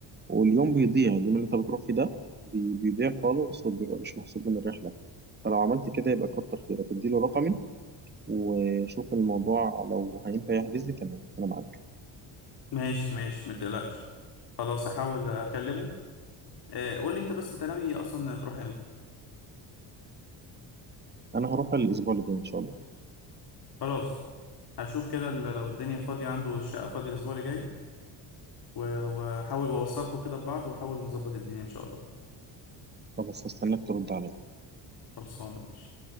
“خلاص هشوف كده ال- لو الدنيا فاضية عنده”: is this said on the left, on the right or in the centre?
Left